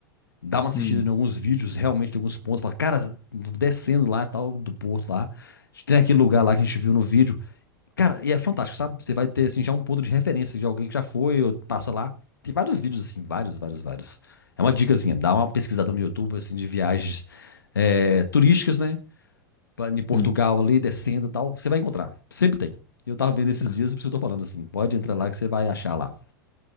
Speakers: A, on the left; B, on the left.
A: Dar uma assistida
B: hum,
A: em alguns vídeos, realmente, em alguns pontos. Fala, cara, descendo lá e tal, do porto lá. Tem aquele lugar lá que a gente viu no vídeo. Cara, e é fantástico, sabe? Você vai ter, assim, já um ponto de referência de alguém que já foi ou passa lá. Tem vários vídeos, assim, vários, vários, vários. É uma dicazinha. Dá uma pesquisada no YouTube, assim, de viagens é, turísticas, né? pra- em Portugal
B: sim.
A: ali, descendo e tal, você vai encontrar. Sempre tem. Eu tava vendo esses
B: Ah,
A: dias, por isso que eu tô falando assim. Pode entrar lá que você vai achar lá.